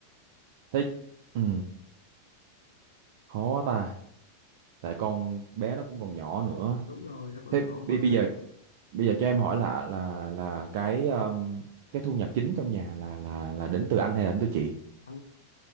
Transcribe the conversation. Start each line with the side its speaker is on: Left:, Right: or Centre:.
Right: thích ừ khó ta tại con bé nó cũng còn nhỏ nữa
Left: đúng rồi nó còn
Right: thế
Left: nhỏ quá
Right: bi bây giờ bây giờ cho em hỏi là là là cái um, cái thu nhập chính trong nhà là là là đến từ anh hay là đến từ chị
Left: anh,